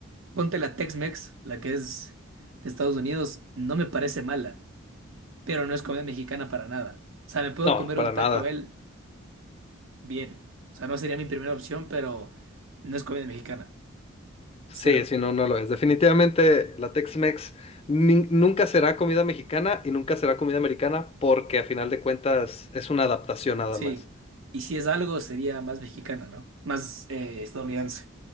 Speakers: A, on the right; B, on the left.
A: ponte la Tex-Mex, la que es de Estados Unidos, no me parece mala, pero no es comida mexicana para nada. O sea, me puedo
B: No,
A: comer
B: para
A: un
B: nada.
A: Taco Bell bien. O sea, no sería mi primera opción, pero no es comida mexicana. Cero.
B: Sí, sí, no, no lo es. Definitivamente la Tex-Mex nin- nunca será comida mexicana y nunca será comida americana porque a final de cuentas es una adaptación nada
A: Sí.
B: más.
A: Y si es algo, sería más mexicana, ¿no? Más eh, estadounidense.